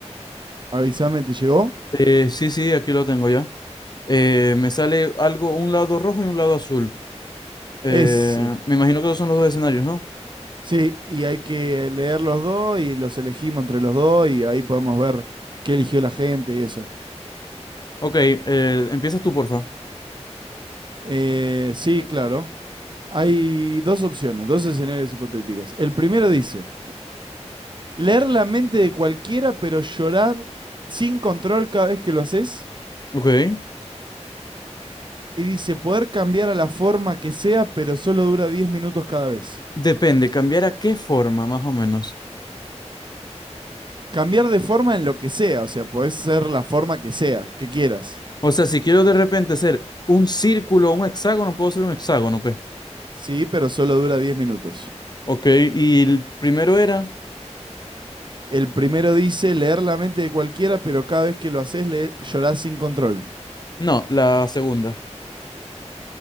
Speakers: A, on the right; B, on the left.
A: Avísame, ¿te llegó?
B: Eh, sí, sí, aquí lo tengo ya. Eh, me sale algo, un lado rojo y un lado azul. Eh,
A: Ese.
B: me imagino que esos son los dos escenarios, ¿no?
A: Sí, y hay que leer los dos y los elegimos entre los dos y ahí podemos ver qué eligió la gente y eso.
B: Ok, eh, empiezas tú, porfa.
A: Eh, sí, claro. Hay dos opciones, dos escenarios hipotéticos. El primero dice, leer la mente de cualquiera pero llorar sin control cada vez que lo haces.
B: Ok.
A: Y dice, poder cambiar a la forma que sea pero solo dura 10 minutos cada vez.
B: Depende, cambiar a qué forma, más o menos.
A: Cambiar de forma en lo que sea, o sea, podés ser la forma que sea, que quieras.
B: O sea, si quiero de repente ser un círculo o un hexágono, puedo ser un hexágono, pues.
A: Sí, pero solo dura 10 minutos.
B: Ok, y el primero era.
A: El primero dice leer la mente de cualquiera, pero cada vez que lo haces le llorás sin control.
B: No, la segunda.